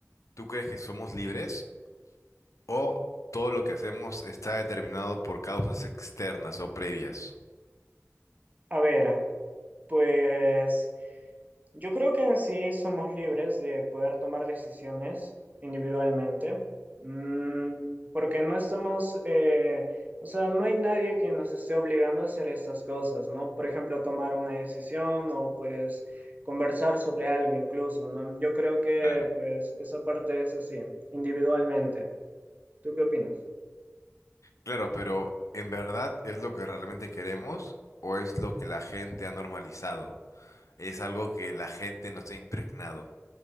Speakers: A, on the left; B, on the right.
A: tú crees que somos libres o todo lo que hacemos está determinado por causas externas o previas?
B: A ver, pues Yo creo que en sí somos libres de poder tomar decisiones individualmente, mm, porque no estamos, eh, o sea, no hay nadie que nos esté obligando a hacer estas cosas, ¿no? Por ejemplo, tomar una decisión o pues conversar sobre algo incluso, ¿no? Yo creo que
A: Claro.
B: pues esa parte es así, individualmente. ¿Tú qué opinas?
A: Claro, pero ¿en verdad es lo que realmente queremos o es lo que la gente ha normalizado? es algo que la gente no se ha impregnado.